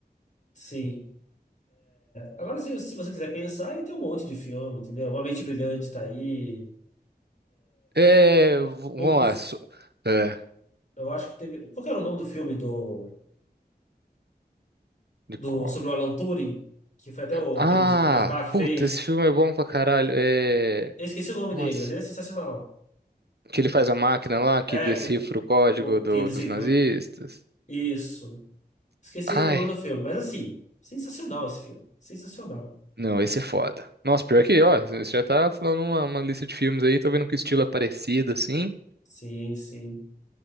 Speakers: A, on the left (about 45°); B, on the right (about 75°).
A: Sim. Agora, se, se você quiser pensar, aí tem um monte de filme, entendeu? Uma Mente Brilhante tá aí.
B: É, v-
A: O,
B: vamos lá.
A: o f-
B: so- é,
A: eu acho que teve. Qual que era o nome do filme do,
B: de
A: do,
B: qual?
A: sobre o Alan Turing? Que foi até o
B: Ah,
A: Benedict Cumberbatch que
B: puta,
A: fez.
B: esse filme é bom pra caralho. É,
A: Eu esqueci o nome
B: nossa,
A: dele, mas ele é sensacional.
B: que ele faz a máquina lá
A: É,
B: que decifra
A: aquele.
B: o código
A: O,
B: do-
A: que ele,
B: dos
A: se-
B: nazistas.
A: isso. Esqueci
B: Ai.
A: o nome do filme, mas assim, sensacional esse filme. Sensacional.
B: Não, esse é foda. Nossa, pior que, ó, você já tá falando uma, uma lista de filmes aí, tô vendo que o estilo é parecido, assim.
A: Sim, sim.